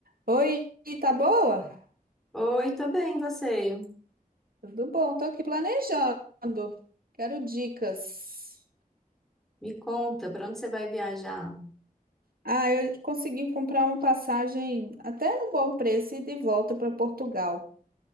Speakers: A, on the right; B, in the centre.
A: Oi, tá boa?
B: Oi, tô bem, e você?
A: Tudo bom, tô aqui planejando. Quero dicas.
B: Me conta, pra onde você vai viajar?
A: Ah, eu consegui comprar uma passagem até no bom preço e de volta para Portugal.